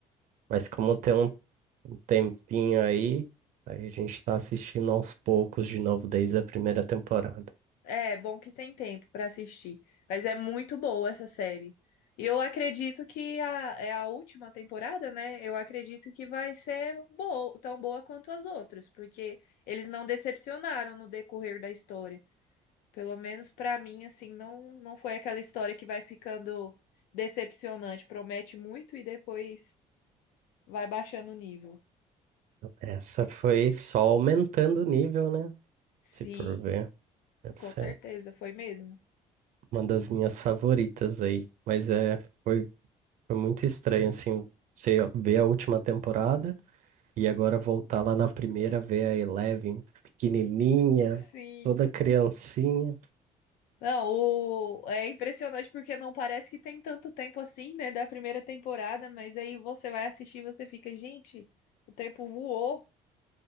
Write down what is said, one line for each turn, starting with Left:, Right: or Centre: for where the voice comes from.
Right: Mas como tem um tempinho aí, aí a gente tá assistindo aos poucos de novo desde a primeira temporada.
Left: É, bom que tem tempo pra assistir. Mas é muito boa essa série. E eu acredito que a, é a última temporada, né? Eu acredito que vai ser boa, tão boa quanto as outras, porque eles não decepcionaram no decorrer da história. Pelo menos pra mim, assim, não, não foi aquela história que vai ficando decepcionante. Promete muito e depois vai baixando o nível.
Right: Essa foi só aumentando o nível, né?
Left: Sim,
Right: Se for ver, essa
Left: com certeza,
Right: é
Left: foi mesmo.
Right: uma das minhas favoritas aí. Mas é, foi, foi muito estranho, assim, você ver a última temporada. E agora voltar lá na primeira, ver a Eleven pequenininha,
Left: Sim.
Right: toda criancinha.
Left: Não, o... é impressionante porque não parece que tem tanto tempo assim, né, da primeira temporada, mas aí você vai assistir e você fica, gente, o tempo voou.